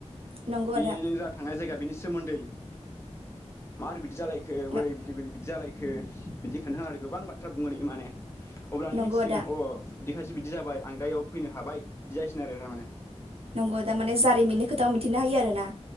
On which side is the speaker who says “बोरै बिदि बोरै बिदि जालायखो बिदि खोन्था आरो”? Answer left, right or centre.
Left